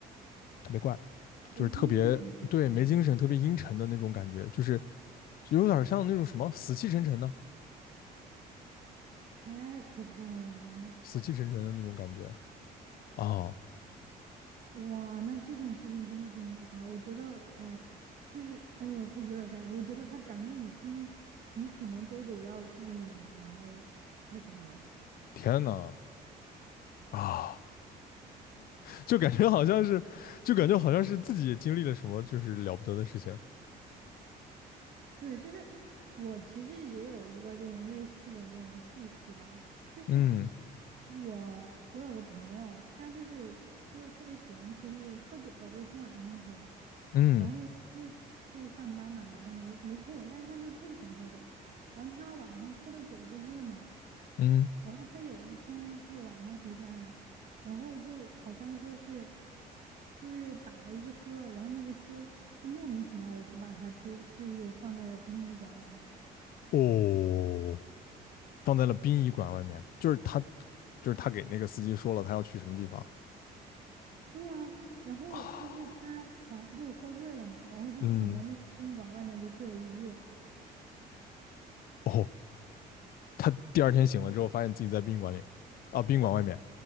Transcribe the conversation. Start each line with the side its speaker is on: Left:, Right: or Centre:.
Left: 特别怪，
Right: 没精神，
Left: 就是特别对没精神、
Right: 怎么怎么的？
Left: 特别阴沉的那种感觉。就是就有点像那种什么死气沉沉的、
Right: 太可怕了！
Left: 死气沉沉的那种感觉啊！
Right: 哇，那这种事情真的是很可怕。我觉得，哎呀，就是，哎呀，他有点吓人。我觉得他讲给你听，你可能都得要注意一下。我太可怕了。
Left: 天呐啊，就感觉好像是，就感觉好像是自己也经历了什么就是了不得的事情。
Right: 对，就是我其实也有一个这种类似的这种故事吧，就是
Left: 嗯
Right: 我我有个朋友，他就是就是特别喜欢出去喝酒，尤其晚上喝。
Left: 嗯
Right: 然后因为就是上班嘛，白天没没空，但是他就特别喜欢喝酒。然后他晚上喝了酒之后嘛。
Left: 嗯，
Right: 然后他有一天就是晚上回家，然后就好像说是，就是打了一个车，然后那个车就莫名其妙的就把他丢，就是放在了殡仪馆外面。
Left: 哦，放在了殡仪馆外面，就是他，就是他给那个司机说了他要去什么地方
Right: 对啊，然后就是他
Left: 啊？
Right: 好像就是喝醉了嘛，然后就躺在那个殡仪馆外面就睡了一夜。
Left: 嗯哦，他第二天醒了之后，发现自己在宾馆里啊，宾馆外面。